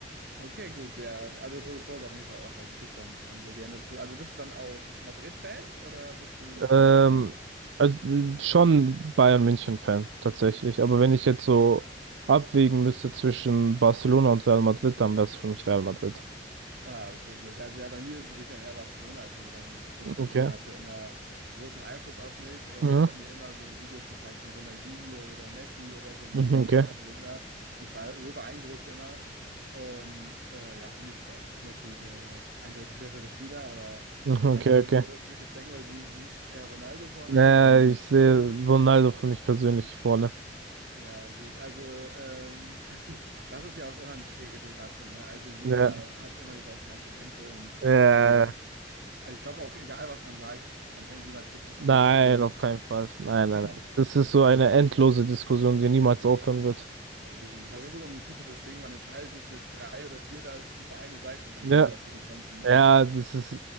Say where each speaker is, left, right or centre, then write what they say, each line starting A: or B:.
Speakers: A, on the right; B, on the right.
A: okay, gut, ja. Also Toni Kroos auf jeden Fall auch ein Fußballer, kommt man sehr gerne zu. Also bist du dann auch Madrid-Fan oder bist du nur
B: Ähm,
A: Bayern-Fan?
B: also mh, schon Bayern München-Fan tatsächlich. Aber wenn ich jetzt so abwägen müsste zwischen Barcelona und Real Madrid, dann wäre es für mich Real Madrid.
A: Ah, okay, gut. Also ja, bei mir ist es, ich bin eher Barcelona. Also mein großer
B: Okay.
A: Bruder hatte immer großen Einfluss auf mich und
B: Mhm.
A: der hat mir immer so Videos gezeigt von Ronaldinho oder Messi oder so und die
B: Mhm,
A: waren ja bei
B: Okay.
A: Barcelona und ich war so beeindruckt immer. Und äh, ja, für mich ist auch Messi der eindeutig bessere Spieler, aber
B: Mhm,
A: ich weiß
B: Okay,
A: nicht,
B: okay.
A: wie du das siehst. Ich denke mal, du siehst eher Ronaldo vorne,
B: Äh,
A: weil du Madrid-Fan
B: ich sehe
A: bist.
B: Ronaldo für mich persönlich vorne.
A: Ja, gut, also ähm, <laughs> das ist ja auch immer eine schwere Debatte, ne? Also jeder
B: Ja.
A: hat immer die gleichen Argumente und
B: Äh,
A: jeder, also ich glaube auch egal, was man sagt, man bringt niemals die Person
B: nein,
A: auf die andere
B: auf
A: Meinung.
B: keinen Fall. Nein, nein,
A: <clears throat>
B: nein. Das ist so
A: Das,
B: eine endlose Diskussion, die niemals aufhören wird.
A: ähm, das ist so ein typisches Ding, man entscheidet sich mit drei oder vier da über eine Seite und dann
B: Ja.
A: muss man für die kämpfen.
B: Ja, das ist,